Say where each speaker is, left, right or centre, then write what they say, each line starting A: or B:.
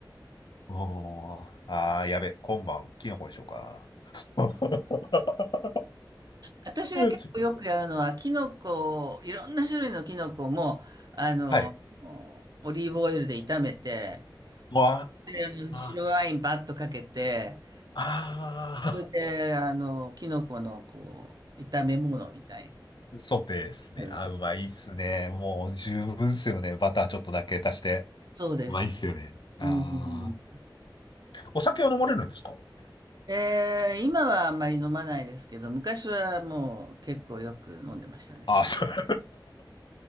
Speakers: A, on the left; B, on the right.
A: おー、ああ、やべ、今晩、キノコにしようかな。<laughs>
B: 私が結構よくやるのは、
A: ちょっと、
B: キノコを、いろんな種類のキノコも、あの、
A: はい。
B: オリーブオイルで炒めて、
A: わ
B: で、あの、白ワインバッとかけて、
A: あ、ああ。
B: それで、あの、キノコの、こう、炒め物みたい
A: ソテーですね。
B: な。はい
A: あ、うまいっすね。もう十分っすよね。バターちょっとだけ足して。
B: そうです。
A: うまいっすよね。ああ
B: うん。
A: お酒は飲まれるんですか
B: えー今はあんまり飲まないですけど、昔はもう結構よく飲んでましたね。
A: あ、そう。<laughs>